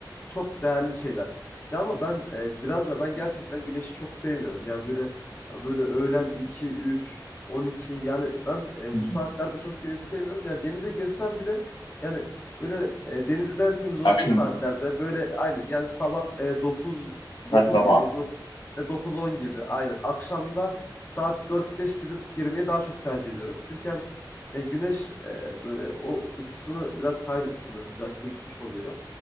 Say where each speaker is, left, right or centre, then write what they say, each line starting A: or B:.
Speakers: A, on the left; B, on the left.
A: çok değerli şeyler. Ya ama ben e, biraz da ben gerçekten güneşi çok sevmiyorum. Yani böyle ya böyle öğlen iki üç on iki. yani ben e,
B: Hı hı.
A: bu saatlerde çok güneşi sevmiyorum. Yani denize girsem bile yani böyle e, denizden temiz olduğu
B: Akşam,
A: saatlerde böyle aynen yani sabah e, dokuz 9
B: ha, sabah.
A: gibi dokuz on gibi aynen akşamda saat dört beş gibi girmeyi daha çok tercih ediyorum. Çünkü hem ya güneş e, böyle o ısısını biraz kaybetmiş oluyor, sıcaklığı gitmiş oluyor.